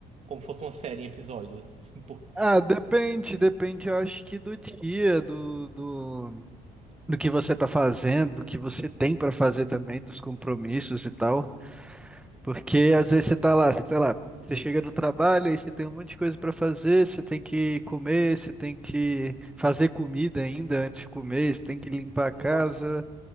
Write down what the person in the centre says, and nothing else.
Ah, depende, depende, eu acho que do dia, do, do, do que você tá fazendo, do que você tem pra fazer também, dos compromissos e tal. Porque às vezes você tá lá, sei lá, você chega do trabalho e você tem um monte de coisa pra fazer, você tem que comer, você tem que fazer comida ainda antes de comer, você tem que limpar a casa.